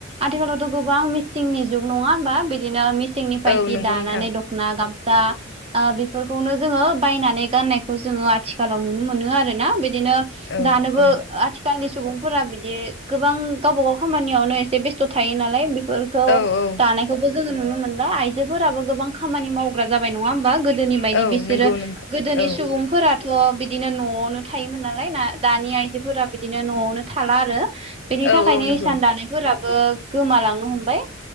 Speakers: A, on the right (about 30°); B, on the left (about 60°).
A: आथिखालावथ' गोबां मिसिंनि जुग नङा होमबा बिदिनो मिसिंनिफ्राय
B: औ
A: जि
B: नंगौ
A: दानानै
B: नोंथां
A: द खना गामसाा बेफोरखौनो जोङो बायनानै गाननायखौ जोङो आथिखालाव नुनो मोनो आरोना बे बिदिनो
B: औ
A: दानोबो
B: औ
A: आथिखालनि सुबुंफोरा बिदि गोबां गावबा गाव खामानियावनो एसे बेस्थ' थायो नालाय फोरखौ
B: औ औ
A: दानायखौबो जोङो नुनो मोनला आइजोफोराबो गोबां खामानि मावग्रा जाबाय नङा होमबा गोदोनि बायदि
B: औ
A: बिसोरो
B: नंगौ नंगौ
A: गोदोनि
B: औ
A: सुबुंफोराथ' बिदिनो न'आवनो थायोमोन नालाय ना दानि आइजोफोरा बिदिनो न'आवनो थाला आरो बेनि
B: औ
A: थाखायनो
B: औ नंगौ
A: इसान दानाय फोराबो गोमालांनो हमबाय